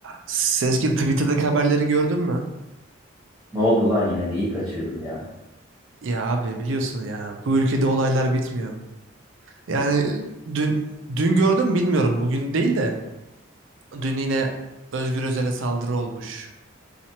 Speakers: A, on the right; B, in the centre.
A: Sezgin Twitter'daki haberleri gördün mü?
B: Ne oldu lan yine neyi kaçırdım ya?
A: Ya abi biliyorsun ya bu ülkede olaylar bitmiyor. Yani dün dün gördüm bilmiyorum bugün değil de dün yine Özgür Özel'e saldırı olmuş.